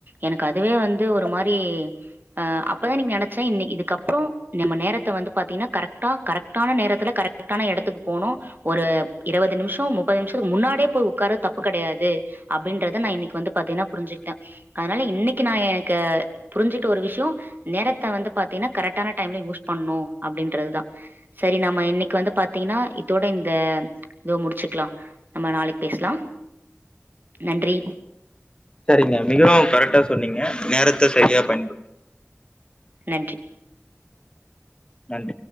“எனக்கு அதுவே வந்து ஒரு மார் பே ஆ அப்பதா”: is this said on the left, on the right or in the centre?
Right